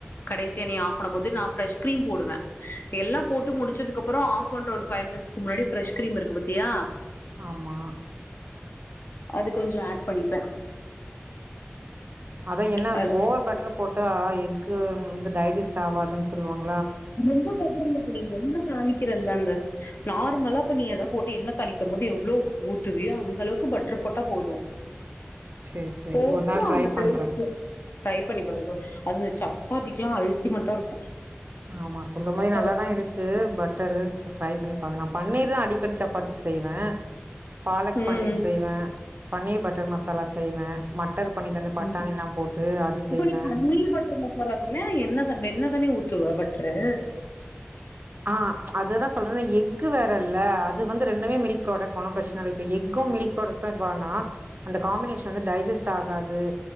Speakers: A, on the left; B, on the right.
A: கடேசியா நீ ஆஃப் பண்ணும் போது நா ஃப்ரெஷ் கிரீம் போடுவே எல்லா போட்டு முடிச்சதுக்கப்றோ ஆஃப் பண்ற ஒருஃபைவ் மினிட்ஸ்க்கு முன்னாடி ஃப்ரஷ் கிரீம் இருக்கு பாத்தியா
B: ஆமா
A: அது கொஞ்சோ ஆட் பண்ணிப்பே
B: அதா என்ன
A: அதுல
B: ஓவர் பட்டர் போட்டா எக்கு வந்து டைஜஸ்ட் ஆவாதுன்னு சொல்லுவாங்க
A: ரொம்ப பட்ரு இல்ல இப்ப நீ எண்ணெ தாளிக்கிறல்லா அந் த நார்மலா இப்ப நீ ஏதா போட்டு எண்ணெ தாளிக்கும் போது எவ்ளோ ஊத்துவியோ அந்த அளவுக்கு பட்டர் போட்டா போது
B: சேரி சேரி
A: போட்டு
B: ஒரு நாள் ட்ரை
A: அந்த
B: பண்றே
A: பேஸ்ட் பண்ணி பாரு அது அந்த சப்பாத்திக்குல்லா அல்ட்டிமெட்ட இருக்கு
B: ஆமா சொல்லும்
A: சப்பாத்தி
B: போதே நல்லாதா இருக்கு பட்டரு ட்ரை பண்ணி பாக்கலா பன்னீர் தா அடிக்கடி சப்பாத்திக்கி செய்வே பாலக்
A: ம்
B: பன்னீர் செய்வே பன்னீர் பட்டர் மசாலா செய்வே மட்டர் பன்னீர்ல இந்த
A: ம்
B: பட்டாணிலா போட்டு அது
A: இப்ப
B: செய்வே
A: நீ பன்னீர் பட்டர் மசாலாக்குமே எண்ணெ தா வெண்ணே தானே ஊத் துவ பட்ரு
B: ஆ அததா சொல்றே எக்கு வேற இல்ல அது வந்து ரெண்டுமே மில்க் ப்ராடக்ட் ஒன்னு பிரச்சன இல்ல இப்ப எக்கு கு மில்க் ப்ராடக்ட் இது வானா அந்த காம்பினேஷன் வந்து டைஜெஸ்ட் ஆகாது